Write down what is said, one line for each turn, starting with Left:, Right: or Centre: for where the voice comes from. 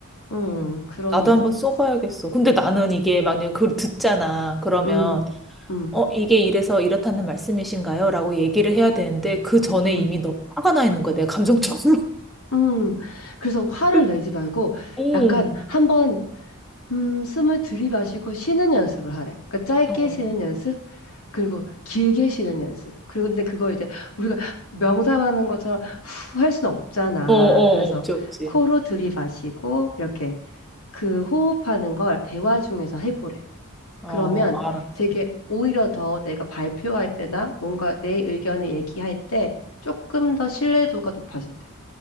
Left: 음, 그런
Centre: 나도
Left: 일도
Centre: 한번
Left: 있었어.
Centre: 써봐야겠어. 근데 나는 이게 만약에 그걸 듣잖아. 그러면,
Left: 음, 음,
Centre: 어, 이게 이래서 이렇다는 말씀이신가요? 라고 얘기를 해야 되는데, 그 전에
Left: 음,
Centre: 이미 너무 화가 나 있는 거야. 내가 감정적으로.
Left: 음. 그래서 화를
Centre: <laughs>
Left: 내지 말고
Centre: 응
Left: 약간 한번 음, 숨을 들이마시고 쉬는 연습을 하래. 그러니까 짧게
Centre: 어, 어,
Left: 쉬는 연습, 그리고 길게 쉬는 연습. 그리고 근데 그걸 이제 우리가 명상하는 것처럼 후 할 수는 없잖아.
Centre: 아, 어, 어.
Left: 그래서
Centre: 없지, 없지.
Left: 코로 들이마시고 이렇게 그 호흡하는 걸 대화 중에서 해보래.
Centre: 어,
Left: 그러면
Centre: 알았어
Left: 되게 오히려 더 내가 발표할 때나 뭔가 내 의견을 얘기할 때 조금 더 신뢰도가 높아진대.